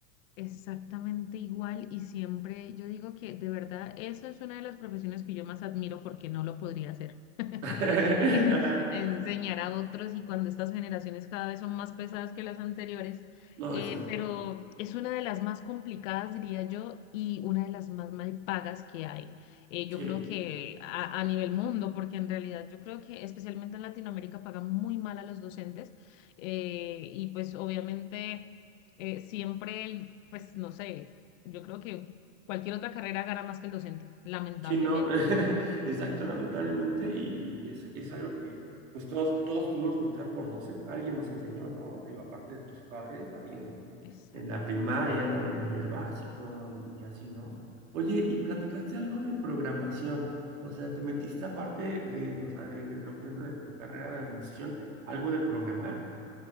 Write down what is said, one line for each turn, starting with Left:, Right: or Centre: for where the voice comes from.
Left: Exactamente igual y siempre yo digo que de verdad eso es una de las profesiones que yo más admiro porque no lo podría hacer. <laughs>
Right: <laughs>
Left: En-
Right: Ajá.
Left: Enseñar a otros y cuando estas generaciones cada vez son más pesadas que las anteriores,
Right: No,
Left: eh,
Right: sí,
Left: pero es una de las más complicadas, diría yo, y una de las más mal pagas que hay. Eh, yo
Right: sí.
Left: creo que a, a nivel mundo, porque en realidad yo creo que especialmente en Latinoamérica pagan muy mal a los docentes eh, y pues obviamente eh, siempre, el- pues no sé, yo creo que cualquier otra carrera gana más que el docente, lamentablemente.
Right: Sí, no, <laughs> exacto, lamentablemente, y, y es, es algo que pues todos, todos tuvimos que pasar por doce, alguien nos enseñó, ¿no? Algo aparte de tus padres, alguien en,
Left: exacto
Right: en la primaria o en el nivel básico y, y así, ¿no? Oye, y platicaste algo de programación, o sea, te metiste aparte de, o sea, de, de lo que es de tu carrera de administración, algo de programar,